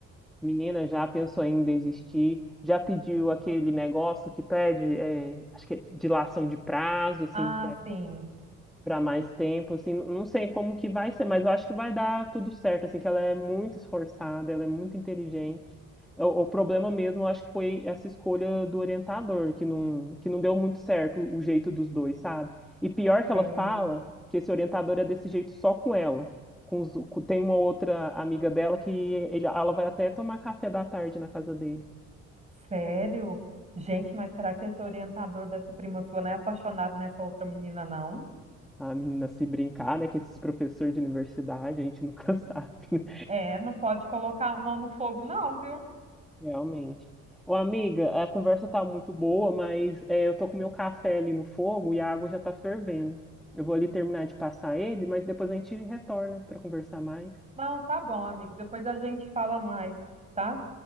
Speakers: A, in the centre; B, on the right.
A: Menina, já pensou em desistir? Já pediu aquele negócio que pede, é, acho que é dilação de prazo, assim,
B: Ah, sim,
A: para mais tempo, assim, não sei como que vai ser, mas eu acho que vai dar tudo certo, assim, que ela é muito esforçada, ela é muito inteligente. O, o problema mesmo, eu acho que foi essa escolha do orientador, que não, que não deu muito certo o jeito dos dois, sabe? E pior que
B: sei.
A: ela fala que esse orientador é desse jeito só com ela. Com os- com- tem uma outra amiga dela que ele, ela vai até tomar café da tarde na casa dele.
B: Sério? Gente, mas será que esse orientador dessa prima sua não é apaixonado nessa outra menina, não?
A: A menina se brincar, né? Que esses professores de universidade, a gente nunca <laughs> sabe. né?
B: É, não pode colocar a mão no fogo, não, viu?
A: Realmente. Ô, amiga, a conversa tá muito boa, mas é, eu tô com meu café ali no fogo e a água já tá fervendo. Eu vou ali terminar de passar ele, mas depois a gente retorna para conversar mais.
B: Não, tá bom, amigo. Depois a gente fala mais, tá?